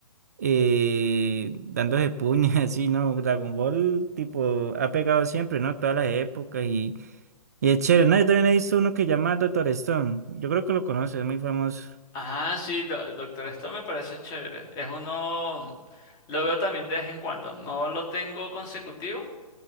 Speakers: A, on the right; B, on the left.
A: eh, dándose puñas, <laughs> así, ¿no? Dragon Ball, tipo, ha pegado siempre, ¿no? Todas las épocas y es chévere, ¿no? Yo también he visto uno que llama Doctor Stone. Yo creo que lo conoce, es muy famoso.
B: Ah, sí, do- doctor, esto me parece chévere. Es uno, lo veo también de vez en cuando. No lo tengo consecutivo,